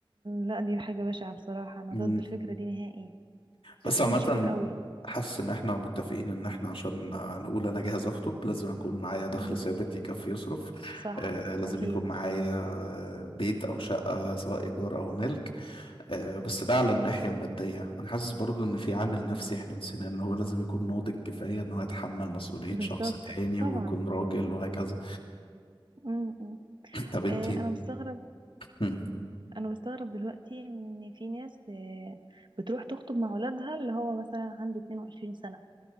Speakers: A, on the right (about 60°); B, on the left (about 80°).
A: لا دي حاجة بشعة بصراحة أنا
B: مم.
A: ضد الفكرة دي نهائي بتحصل
B: بس عامه
A: مشاكل قوي
B: حاسس ان احنا متفقين ان احنا عشان نقول انا جاهز اخطب لازم اكون معايا دخل
A: امم
B: ثابت يكفي يصرف
A: صح
B: آه لازم
A: أكيد
B: يكون معايا بيت او شقة سواء ايجار او ملك آه، بس ده على الناحية المادية أنا حاسس برضو إن في عامل نفسي إحنا نسيناه إن هو لازم يكون ناضج كفاية إن هو يتحمل مسؤولية
A: بالظبط
B: شخص تاني
A: طبعا
B: ويكون راجل وهكذا
A: امم
B: <clears throat> طب أنتي
A: آه أنا بستغرب
B: مم.
A: انا بستغرب دلوقتي ان في ناس آه، بتروح تخطب مع ولادها اللي هو مثلا عنده 22 سنة